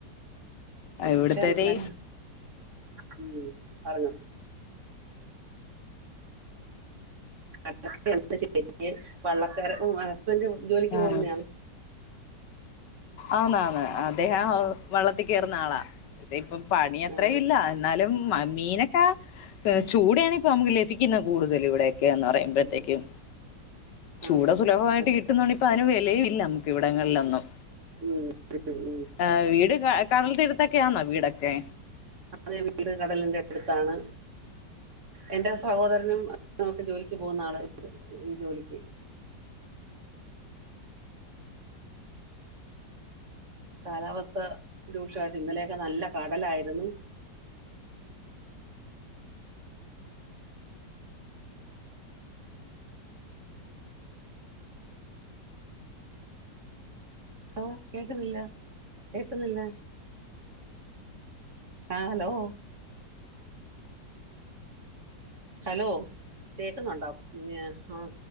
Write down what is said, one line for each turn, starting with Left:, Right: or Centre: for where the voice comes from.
Left: അയിവിട്ത്തതി
Right: പക്ഷെ എന്താ ഉം പറഞ്ഞോ <unintelligible> വള്ളക്കാര് ഉം ഹസ്ബൻ്റ് ജോലിക്ക്
Left: ആഹ്
Right: പോകുന്നെയാണ്
Left: ആന്ന് ആന്ന്. അദ്ദേഹം വെള്ളത്തിൽ കേറുന്ന ആളാ പക്ഷെ ഇപ്പൊ പണി അത്രേയില്ല.
Right: ആ
Left: എ ന്നാലും മ മീനൊക്കെ ഏഹ് ചൂടയാണ് ഇപ്പ നമുക്ക് ലഭിക്കുന്നത് കൂടുതലും ഇവടെ ക്കേന്ന് പറയുമ്പഴ്ത്തേക്കും.
Right: ഉം, ആ
Left: ചൂട സുലഭവായിട്ട്
Right: പക്ഷെ
Left: കിട്ടുന്നോണ്ടിപ്പ അതിന് വെലയും ഇല്ല ഇവിടങ്ങളിലൊന്നും
Right: ഉം ഉം
Left: ആഹ് വീട് ക കടൽ തീരത്തൊക്കെ ആന്നോ വീടൊക്കെ?
Right: അതെ വീട് കടലിന്റെ അടുത്താണ്. എന്റെ സഹോദരനും ഒക്കെ ജോലിക്ക് പോകുന്ന ആള് ഈ ജോലിക്ക് കാലാവസ്ഥ രൂക്ഷവായിട്ട് ഇന്നലെയൊക്കെ നല്ല കടലായിരുന്നു ഹലോ കേക്കുന്നില്ല കേക്കുന്നില്ല. ആഹ് ഹലോ ഹലോ കേക്കുന്നുണ്ടോ? ഇന്നിയ ആഹ്